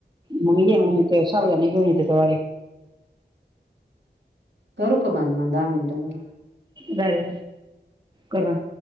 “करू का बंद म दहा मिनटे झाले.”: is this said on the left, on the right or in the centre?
Right